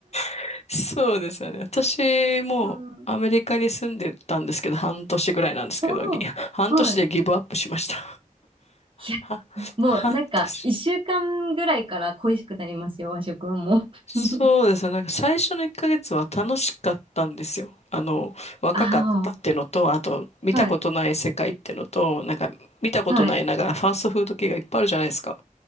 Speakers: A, on the left; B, on the right.
A: <laughs> そうですよね。私もアメリカに住んでたんですけど、
B: うん。
A: 半年ぐらいなんですけど、
B: おーはい。
A: ぎ半年でギブアップしました。
B: いや、
A: は、
B: もうなんか、
A: 半年。
B: 一週間ぐらいから恋しくなりますよ、和食はもう。
A: そうですね。
B: <laughs>
A: なんか最初の1ヶ月は楽しかったんですよ。あの、若かったっていうのと、
B: あ
A: あと、見たことない世界っていうのと、
B: あ、はい。
A: なんか、見たことない、
B: はい。
A: なんか、ファーストフード系がいっぱいあるじゃないですか。